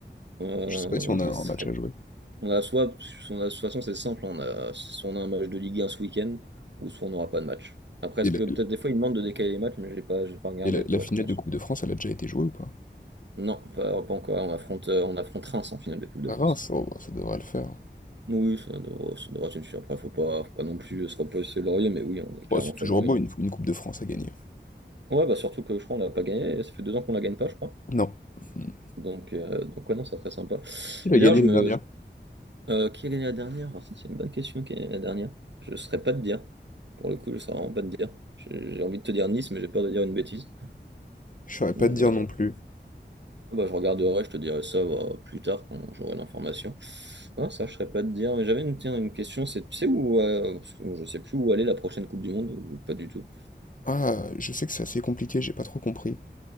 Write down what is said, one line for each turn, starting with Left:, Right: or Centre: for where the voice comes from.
Right: Euh,
Left: Je sais pas si on
Right: je
Left: a un
Right: ne saurais
Left: match à jouer.
Right: On a soit, on a- de toute façon, c'est simple, on a, soit on a un match de Ligue 1 ce week-end, ou soit on n'aura pas de match. Après, est-ce
Left: Et
Right: que
Left: la,
Right: peut-être des fois, ils demandent de décaler les matchs, mais j'ai pas, j'ai pas regardé
Left: et la-
Right: pour
Left: la finale
Right: être honnête.
Left: de Coupe de France, elle a déjà été jouée ou pas?
Right: Non, pas, pas encore. On affronte, euh, on affronte Reims en finale de Coupe de
Left: À
Right: France.
Left: Reims, oh, bah, ça devrait le faire.
Right: Oui, ça devrait, ça devrait être une suite. Après, faut pas, faut pas non plus se reposer sur le laurier, mais oui, on est clairement
Left: Bon, c'est toujours
Right: favori.
Left: beau une, une Coupe de France à gagner.
Right: Ouais, bah surtout que je crois qu'on l'a pas gagné. Ça fait deux ans qu'on la gagne pas, je crois.
Left: Non. Hmm.
Right: Donc, euh, donc ouais, non, c'est très sympa.
Left: Qui l'a
Right: Et
Left: gagné
Right: d'ailleurs, je
Left: les
Right: me,
Left: dernières?
Right: Euh, quelle est la dernière? Ah, Ça, c'est une bonne question. Quelle est la dernière? Je ne saurais pas te dire. Pour le coup, je ne saurais vraiment pas te dire. J'ai j'ai envie de te dire Nice, mais j'ai peur de dire une bêtise.
Left: Je saurais
Right: Une,
Left: pas te dire
Right: euh,
Left: non plus.
Right: ouais, bah, je regarderai, je te dirai ça bah, plus tard quand j'aurai l'information. Non, ça, je ne saurais pas te dire. Mais J'avais une, tiens, une question, c'est tu sais où, euh, parce que je sais plus où aller la prochaine Coupe du Monde, ou pas du tout.
Left: Ah, je sais que c'est assez compliqué, j'ai pas trop compris.